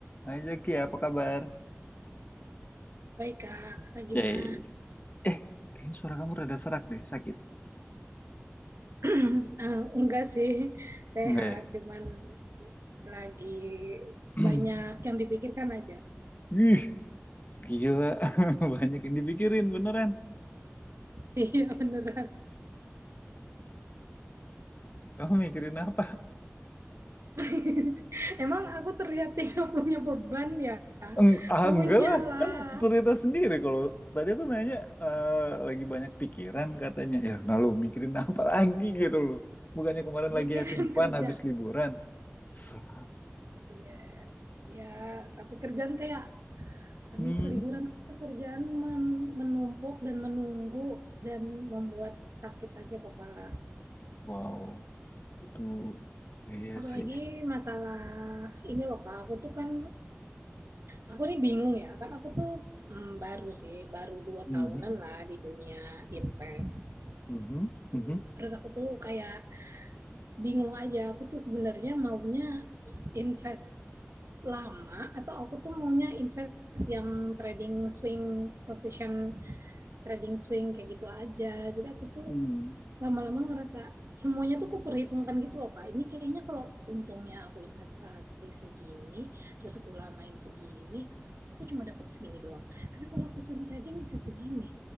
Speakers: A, on the left; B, on the right.
A: Hai Zaki, apa kabar?
B: Baik kak, kakak gimana?
A: Yay. Eh, kayaknya suara kamu rada serak deh, sakit.
B: <clears throat> Eh, enggak sih, sehat.
A: Enggak ya?
B: Cuman lagi
A: <clears throat>
B: banyak yang dipikirkan aja. <laughs>
A: Ih, gila. <laughs> Banyak yang dipikirin, beneran.
B: Iya beneran.
A: Kamu mikirin apa?
B: <laughs> Emang aku terlihat tidak punya beban ya?
A: Eng- ah,
B: Punya
A: enggak lah,
B: lah,
A: kan cerita sendiri. Kalau tadi aku nanya, eh, lagi banyak pikiran katanya. Ya, nah lo mikirin apa <laughs> lagi gitu loh. Bukannya kemarin
B: mikirin
A: lagi having fun
B: kerja.
A: habis liburan. Sa-
B: Iya, ya. Tapi kerjaan kayak habis
A: Hmm,
B: liburan tuh kerjaan men- menumpuk dan menunggu dan membuat sakit aja kepala.
A: wow, itu iya
B: Apalagi
A: sih.
B: masalah ini loh Kak, aku tuh kan aku nih bingung ya, kan aku tuh mm, baru sih, baru dua
A: Mhm,
B: tahunan lah di dunia invest.
A: mhm, mhm,
B: Terus aku tuh kayak bingung aja, aku tuh sebenarnya maunya invest lama atau aku tuh maunya invest yang trading swing position, trading swing kayak gitu aja. Jadi aku tuh
A: mhm,
B: lama-lama ngerasa semuanya tuh aku perhitungkan gitu loh Kak. Ini kayaknya kalau untungnya aku investasi segini, terus aku lamain segini, aku cuma dapat segini doang. Tapi kalau aku swing trading bisa segini.